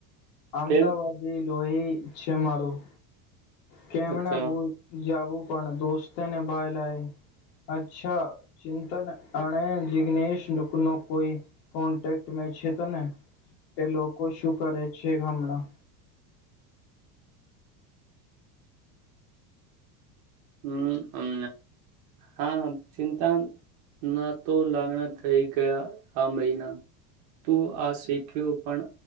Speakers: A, on the left; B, on the right.
A: અમદાવાદી
B: કેમ
A: લોહી છે મારું કેમના
B: અચ્છા
A: બોલ જાવું પણ દોસ્તને ભાઈ લાય અચ્છા ચિંતન અને જિગ્નેનેશ લોકો નો કોઈ કોન્ટેક્ટ મે છે તો ને એ લોકો શું કરે <unintelligible> હમણા
B: હમ અમ હા ચિંતના તો લાગણા થઈ ગયા આ મહિના તું આ શીખ્યું પણ